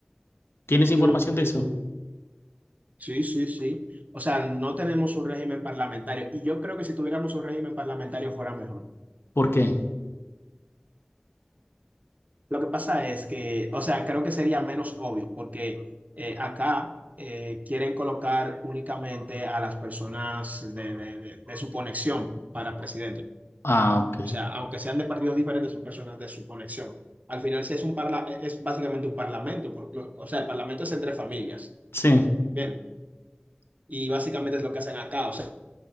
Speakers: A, on the left (about 70°); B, on the right (about 40°).
A: ¿Tienes información
B: Mm,
A: de eso?
B: sí, sí, sí. O sea, no tenemos un régimen parlamentario y yo creo que si tuviéramos un régimen parlamentario fuera mejor.
A: ¿Por qué?
B: Lo que pasa es que, o sea, creo que sería menos obvio porque eh, acá eh, quieren colocar únicamente a las personas de, de- de- de su conexión para presidente.
A: Ah, ok.
B: O sea, aunque sean de partidos diferentes, son personas de su conexión. Al final, sí es un parla es básicamente un parlamento, por- o sea, el parlamento es entre familias.
A: Sí,
B: Bien, y básicamente es lo que hacen acá. O sea,